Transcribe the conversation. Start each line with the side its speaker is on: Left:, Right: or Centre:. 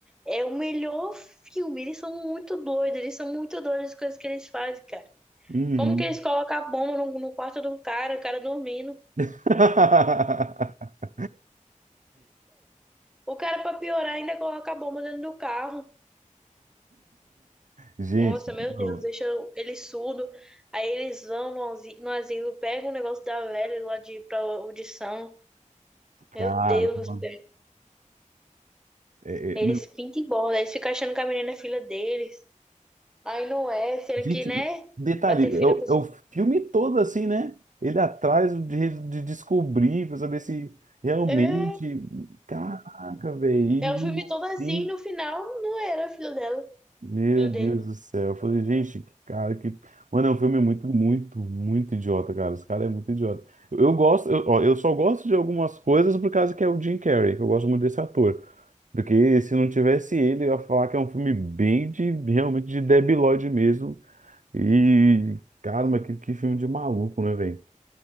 Centre: é o melhor filme. Eles são muito doidos, eles são muito doidos as coisas que eles fazem, cara.
Right: Uhum.
Centre: Como que eles colocam a bomba no, no quarto do cara, o cara dormindo.
Right: <laughs>
Centre: O cara, pra piorar, ainda coloca a bomba dentro do carro.
Right: Gente,
Centre: Nossa, meu
Right: não,
Centre: Deus, deixa ele surdo. Aí eles vão no asilo, no asilo pegam o negócio da velha lá de, pra audição.
Right: caramba.
Centre: Meu Deus do céu.
Right: É, é,
Centre: Eles pintam e bola, eles ficam achando que a menina é filha deles. Aí não é, sendo
Right: Gente,
Centre: que, né?
Right: detalhe,
Centre: Pra ter filho,
Right: é o,
Centre: a pessoa.
Right: é o filme todo assim, né? Ele atrás de, de descobrir, pra saber se realmente.
Centre: <laughs>
Right: Caraca, velho. E
Centre: É,
Right: no
Centre: é o filme todo assim,
Right: fim.
Centre: no final não era filho dela,
Right: Meu
Centre: filho
Right: Deus
Centre: dele.
Right: do céu. Eu falei, gente, que cara, que. Mano, é um filme muito, muito, muito idiota, cara. Esse cara é muito idiota. Eu, eu gosto, eu, ó, eu só gosto de algumas coisas por causa que é o Jim Carrey, que eu gosto muito desse ator. Porque se não tivesse ele, eu ia falar que é um filme bem de, realmente de debilóide mesmo e, caramba, que, que filme de maluco, né, velho?